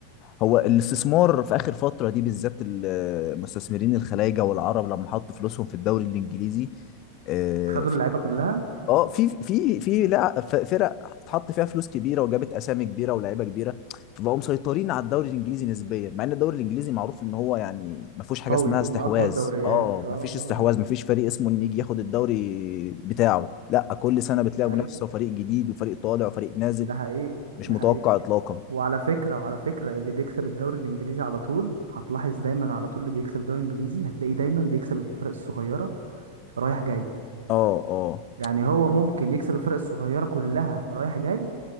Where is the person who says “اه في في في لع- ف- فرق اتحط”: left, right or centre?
Left